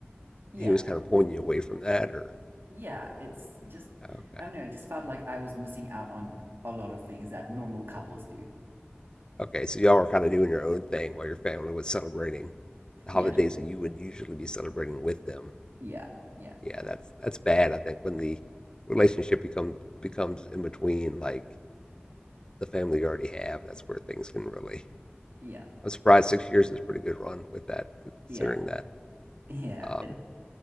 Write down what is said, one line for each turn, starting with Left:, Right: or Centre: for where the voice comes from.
Right: yeah,
Left: he was kind of pulling you away from that, or
Right: yeah, it's just
Left: okay,
Right: I don't know, I just felt like I was missing out on a lot of things that normal couples do.
Left: okay. So y'all were kind of doing your own thing while your family was celebrating the
Right: Yeah,
Left: holidays that you would usually be celebrating with them.
Right: yeah, yeah,
Left: yeah,
Right: yeah,
Left: that's that's bad. I think when the relationship becomes becomes in between like the family you already have, that's where things can really.
Right: yeah,
Left: I'm surprised six years is a pretty good run with that,
Right: yeah,
Left: considering that.
Right: <laughs> yeah.
Left: Um,
Right: It,